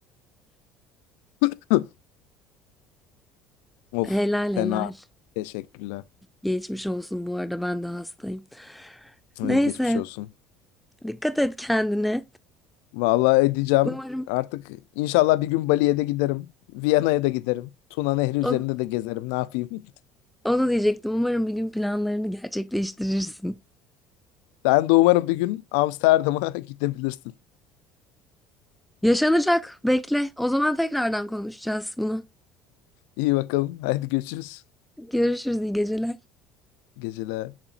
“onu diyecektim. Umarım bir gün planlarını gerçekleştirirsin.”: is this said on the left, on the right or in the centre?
Centre